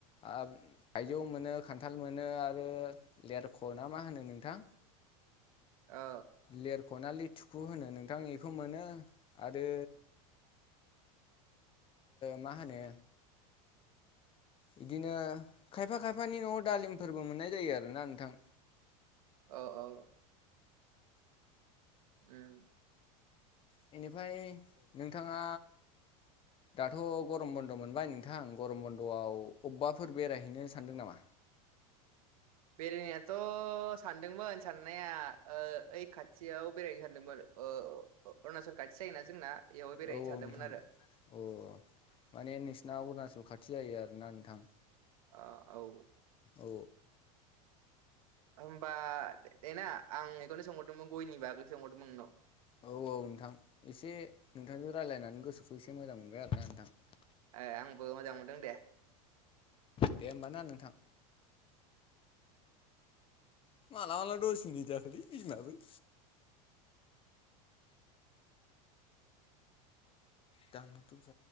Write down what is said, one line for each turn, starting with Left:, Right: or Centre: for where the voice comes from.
Left: ओ थाइजौ मोनो खान्थाल मोनो आरो लेरख' ना मा होनो नोंथां
Right: ओ
Left: लेरख' ना‌ लि थुखु होनो नोंथां बेखौ मोनो आरो मा होनो बिदिनो खायफा खायफानि न'आव दालिमफोरबो मोननाय जायो आरोना नोंथां
Right: औ औ औ उम
Left: बेनिफ्राय नोंथाङा दाथ' गरम बन्द मोनबाय नोंथां गरम बन्द'आव अबेबाफोर बेरायहैनो सानदों नामा?
Right: <inaudible> बेरायनायाथ' सानदोंमोन साननाया ओइ खाथियाव बेरायनो सानदोंमोन ओ अरुणाचल खाथि जायोना जोंना बेयावहाय बेरायनो
Left: औ औ
Right: सानदोंमोन
Left: नोंथां
Right: आरो
Left: औ माने नोंसिना अरुणचल खाथि जायो आरोना नोंथां।
Right: आ औ।
Left: औ
Right: होमबा देना आं बेखौनो सोंहरदोंमोन गयनिबोगै सोंहरदोंमोन नोंनाव
Left: औ औ नोंथां एसे नोंथांजों रायजलायनानै गोसोखौ एसे मोजां मोनबाय आरो ना नोंथां।
Right: ए आंबो मोजां मोनदों दे।
Left: दे होनबा नोंथां। माला माला दस मिनिद जाखोथाय बिमाबो दानथ' ज